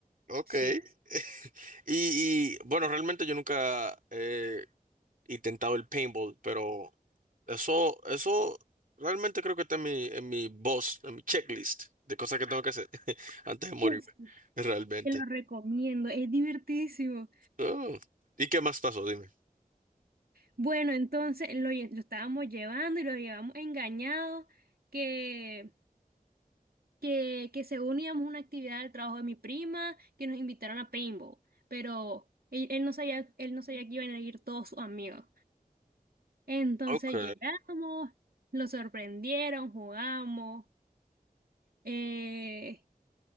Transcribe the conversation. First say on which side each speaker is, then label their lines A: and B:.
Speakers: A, on the right (about 65°); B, on the right (about 85°).
A: ok.
B: Sí.
A: <laughs> Y, y, bueno, realmente yo nunca he intentado el paintball, pero eso, eso realmente creo que está en mi, en mi boss, en mi checklist de cosas que tengo que hacer <laughs> antes de morirme,
B: Uf,
A: realmente.
B: te lo recomiendo, es divertidísimo.
A: Oh, ¿Y qué más pasó? Dime.
B: Bueno, entonces lo, lle- lo estábamos llevando y lo llevamos engañado, que que, que según íbamos a una actividad del trabajo de mi prima, que nos invitaron a paintball, pero él, él no sabía, él no sabía que iban a ir todos sus amigos. Entonces
A: Ok,
B: llegamos, lo sorprendieron, jugamos, eh,